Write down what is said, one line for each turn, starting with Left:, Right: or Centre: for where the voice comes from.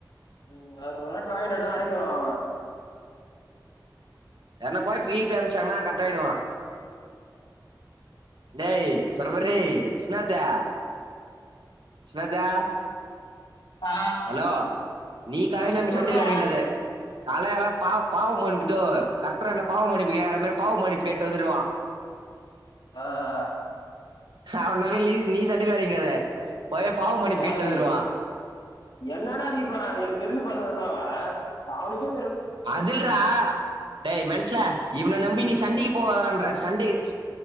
Left: ம் ஒரு வாட் வாங்கிட்டானா அடங்கிர்வா அவ
Right: என்ன போய் டீப்பி அனுப்ச்சாங்கனா கர்ட் ஆயிடுவா டேய் சொன்ன மறி ஷ்னத்து ஷ்னத்து
Left: ஆ
Right: அலோ நீ காலல ந்த
Left: சொல்டா
Right: சண்டைல எறங்கிடாத காலேல பாவ் பாவ் மன்னிப்தோ கர்த்ரான்டா பாவ் மன்னிப்பு கேக்குற மாறி பாவ் மன்னிப்பு கேட்டு வந்துருவா
Left: ஆ ஆ அ
Right: அவன நம்பி லி நீ சண்டைல எறங்க்காத போயே பாவமன்னிப்
Left: டேய்
Right: கேட்டு வந்ருவா
Left: என்னடா அடிக் போறாங்க எனக் தெரிஞ்ச பசங்கதா அவ அவுனுக்கே
Right: அதில்றா டே மென்ட்ல இவன நம்பி நீ சண்டைக்கு போவாதடான்ற சண்டே ச்